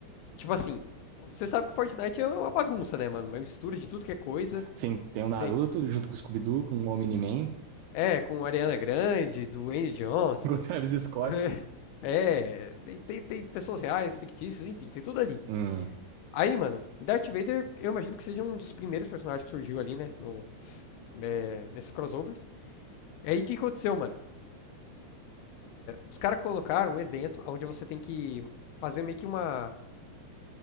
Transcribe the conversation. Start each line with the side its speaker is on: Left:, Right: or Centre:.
Left: Tipo assim, você sabe que o Fortnite é uma bagunça, né, mano? Uma mistura de tudo que é coisa.
Right: Sim, tem o Naruto
Left: Tem,
Right: junto com o Scooby-Doo, com o Omni-Man,
Left: é, com Ariana Grande, Dwayne Johnson.
Right: <laughs> com o Travis Scott.
Left: <laughs> É, tem, tem, tem pessoas reais, fictícias, enfim, tem tudo ali.
Right: Hum,
Left: Aí, mano, Darth Vader, eu imagino que seja um dos primeiros personagens que surgiu ali, né? No, né, nesses crossovers. E aí, o que aconteceu, mano? Os caras colocaram um evento onde você tem que fazer meio que uma.